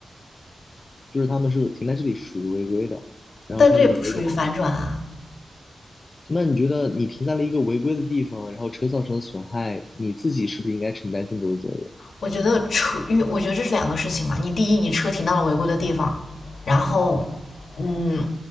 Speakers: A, on the left; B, on the left.
A: 就是他们是停在这里是属于违规的。然后他们结果，
B: 但这也不属于反转啊。
A: 那你觉得你停在了一个违规的地方，然后车造成的损害，你自己是不是应该承担更多的责任？
B: 我觉得车，因为我觉得这是两个事情嘛。你第一，你车停到了违规的地方，然后，嗯，